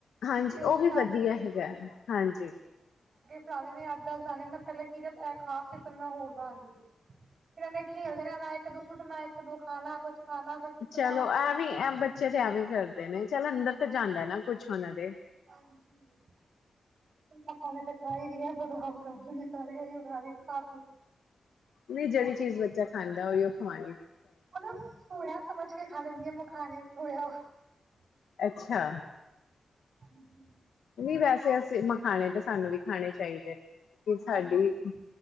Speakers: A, on the left; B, on the right.
A: ਹਾਂਜੀ
B: ਤੇ
A: ਉਹ ਵੀ
B: ਸ਼ਾਮੀ
A: ਵਧੀਆ ਹੈਗਾ, ਹਾਂਜੀ।
B: ਨੇ ਅੱਠ ਦੱਸ ਜਾਣੇ ਮੈਂ ਪਿਹਲਾ ਕੀਰਤ ਇਹ ਖਾ, ਫਿਰ ਮੈਂ ਹੋਰ ਦਾਂਗੀ ਫਿਰ ਇਹਨੇ ਖੇਲਦੇ ਰੇਨਾ ਇੱਕ ਦੋ ਸੁੱਟਿਆ, ਇੱਕ ਦੋ ਖਾਨਾ ਕੁਛ ਖਾਣਾ ਕੁਛ ਸੁੱਟਣਾ
A: ਚਲੋ ਐਵੇਂ ਐ, ਬੱਚੇ ਤੇ ਐਵੇਂ ਕਰਦੇ <unintelligible> ਚਲ ਅੰਦਰ ਤੇ ਜਾਂਦਾ ਨਾ, ਕੁੱਛ ਉਹਨਾਂ ਦੇ
B: ਹਾਂਜੀ ਮੈਂ ਖਾਣੇ ਤੇ ਖ ਹੀ ਰਹੀਹਾ ਬਦਾਮ ਕਜ ਨ ਖਾ ਉ ਖਾਦ <unintelligible>
A: ਨਈਂ ਜਿਹੜੀ ਚੀਜ਼ ਬੱਚਾ ਖਾਂਦਾ, ਉਹਈ ਉਹ ਖਵਾਉਣੀ।
B: ਉਹਲ ੜ <unintelligible> ਸਮਝ ਕੇ ਖਾ ਲੈਂਦੀ ਆ, ਮਖਾਨੇ ਥੋੜ੍ਹਾ <inaudible>
A: ਅੱਛਾ।
B: <unintelligible>
A: ਨਹੀਂ ਵੈਸੇ ਅਸੀਂ ਮਖਾਣੇ ਤਾਂ ਸਾਨੂੰ ਵੀ ਖਾਣੇ ਚਾਹੀਦੇ ਨੇ ਸਾਡੀ
B: ਹਾਂਜੀ